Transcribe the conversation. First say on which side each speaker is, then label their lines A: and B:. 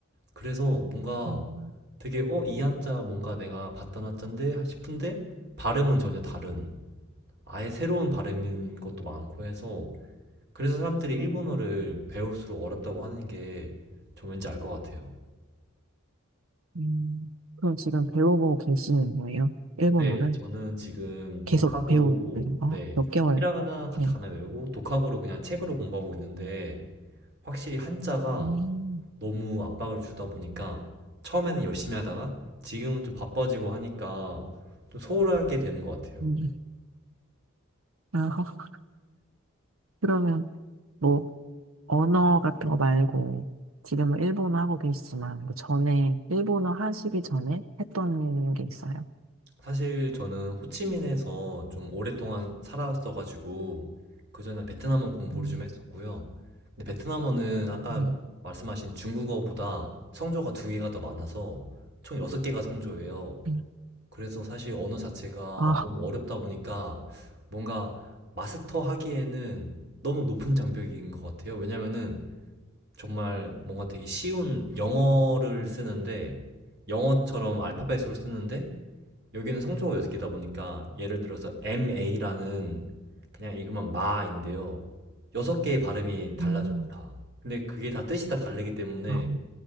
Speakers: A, on the right (about 55°); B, on the right (about 80°).
A: 그래서 뭔가
B: 음,
A: 되게 어, 이 한자 뭔가 내가 봤던 한자인데 싶은데 발음은 전혀 다른 아예 새로운 발음인 것도 많고 해서 그래서 사람들이 일본어를 배울수록 어렵다고 하는 게 저 왠지 알 것 같아요.
B: 음. 그럼 지금 배우고 계시는 거예요? 일본어를?
A: 네, 저는 지금
B: 계속
A: 독학으로
B: 배우는 거?
A: 네,
B: 몇 개월?
A: 히라가나 가타카나
B: 네.
A: 외우고 독학으로 그냥 책으로 공부하고 있는데 확실히 한자가
B: 음,
A: 너무 압박을 주다 보니까 처음에는 열심히 하다가 지금은 좀 바빠지고 하니까 좀 소홀하게 되는 것 같아요.
B: 음. 아, <laughs> 그러면 뭐, 언어 같은 거 말고, 지금은 일본어 하고 계시지만, 그 전에, 일본어 하시기 전에 했던 게 있어요?
A: 사실 저는 호치민에서 좀 오랫동안 살았어가지고 그전에 베트남어 공부를
B: 음,
A: 좀 했었고요. 근데 베트남어는 아까
B: 음,
A: 말씀하신 중국어보다 성조가 두 개가 더 많아서 총 여섯 개가 성조예요.
B: 음.
A: 그래서 사실 언어 자체가
B: 아,
A: 너무 어렵다 보니까 뭔가 마스터하기에는 너무 높은 장벽인 것 같아요. 왜냐면은 정말 뭔가 되게 쉬운 영어를 쓰는데 영어처럼 알파벳으로 쓰는데 여기는 성조가 여섯 개다 보니까 예를 들어서 MA라는 그냥 읽으면 마인데요. 여섯 개의 발음이 달라져요,
B: 음.
A: 다. 근데 그게 다 뜻이 다 다르기 때문에
B: 아,